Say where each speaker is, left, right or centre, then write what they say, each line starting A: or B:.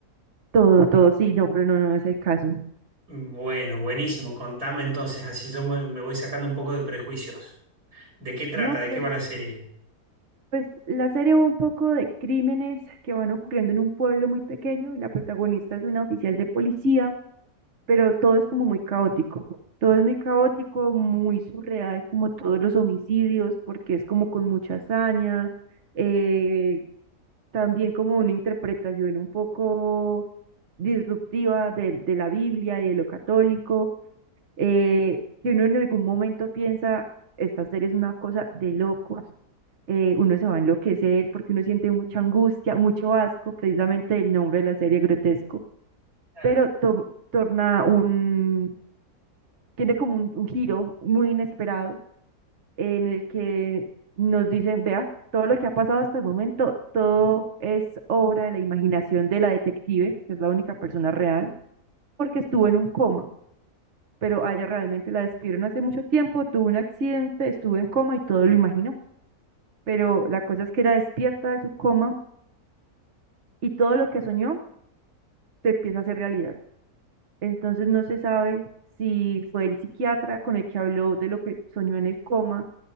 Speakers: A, on the right; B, on the right.
A: todo, todo, sí, no, pero no, no es el caso.
B: Bueno, buenísimo. Contame entonces, así yo me, me voy sacando un poco de prejuicios. ¿De qué trata?
A: No,
B: ¿De
A: pues,
B: qué va la serie?
A: pues la serie va un poco de crímenes que van ocurriendo en un pueblo muy pequeño y la protagonista es una oficial de policía pero todo es como muy caótico. Todo es muy caótico, muy surreal, como todos los homicidios, porque es como con mucha hazaña, eh, también como una interpretación un poco disruptiva de, de la Biblia y de lo católico, eh, que uno en algún momento piensa, esta serie es una cosa de locos, eh, uno se va a enloquecer porque uno siente mucha angustia, mucho asco, precisamente el nombre de la serie grotesco,
B: Claro.
A: pero to- torna un tiene como un, un giro muy inesperado en el que nos dicen, vea, todo lo que ha pasado hasta el momento, todo es obra de la imaginación de la detective, que es la única persona real, porque estuvo en un coma, pero a ella realmente la despidieron hace mucho tiempo, tuvo un accidente, estuvo en coma y todo lo imaginó. Pero la cosa es que era despierta de su coma y todo lo que soñó se empieza a hacer realidad. Entonces no se sabe si fue el psiquiatra con el que habló de lo que soñó en el coma